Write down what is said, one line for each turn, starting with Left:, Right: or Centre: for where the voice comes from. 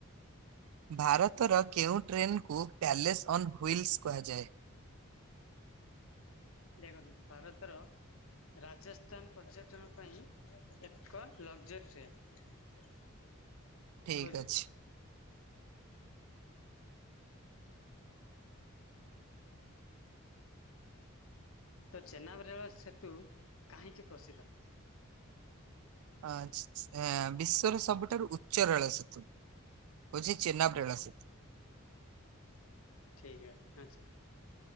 Right: ଭାରତର କେଉଁ ଟ୍ରେନ୍କୁ ପ୍ୟାଲେସ୍ ଅନ୍ ହୁଇଲ୍ସ କୁହାଯାଏ।
Left: ଦେଖନ୍ତୁ ଭାରତର। ରାଜସ୍ଥାନ ପର୍ଯ୍ୟଟନ ପାଇଁ ଏକ ଲକ୍ଜରୀ ଟ୍ରେନ୍। <unintelligible>
Right: ଠିକ୍
Left: ବୁଝିଲେ
Right: ଅଛି।
Left: ତ ଚେନାବ ରେଳ ସେତୁ କାହିଁକି ପ୍ରସିଦ୍ଧ।
Right: ଆଁ ଚ ଚ ଏଁ ବିଶ୍ଵର ସବୁଠାରୁ ଉଚ୍ଚ ରଳ ସେତୁ। ହଉଛି ଚେନାବ ରେଳ ସେତୁ।
Left: ଠିକ୍ ଅଛି ଆଚ୍ଛା।